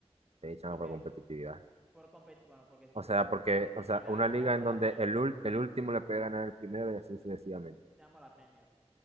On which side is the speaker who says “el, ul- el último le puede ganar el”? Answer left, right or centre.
Right